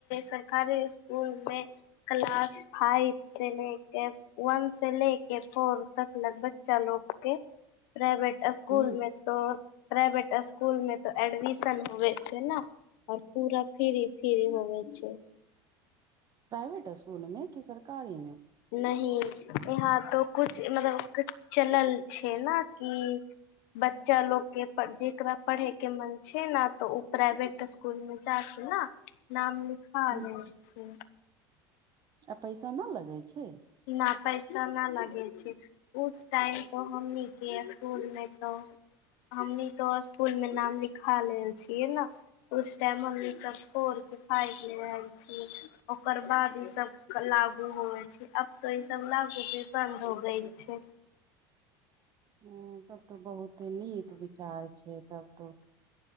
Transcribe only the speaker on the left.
सरकारी स्कुलमे। क्लास फाइव से लेके वन से लेके। के फोर तक बच्चासभकेँ प्राइवेट स्कूलमे
पढ़ाओल जाइत छै? तऽ प्राइवेट स्कूलमे तऽ एडमिशन होइत छै ने? आओर पूरा फ्री फ्री होवे छै।
न यहाँ तो कुछ मतलब कछ चल छै ना की बच्चासभकेँ जकरा पढ़यके मन छै ने, तऽ ओ प्राइवेट स्कूलमे जाइत छै ने? नाम लिखा
लेने छै
न पैसा न लगे छै। उस टाइम त हम नहि कि स्कूल मे त हमनी तो स्कूल मे नाम लिखा लेल छियै ने उस टाइम मम्मी कऽ घोर खाय ल है ओकर बाद ई सभ लागू होए छै। तऽ ई सभ लागू भी बन्द हो गय छै।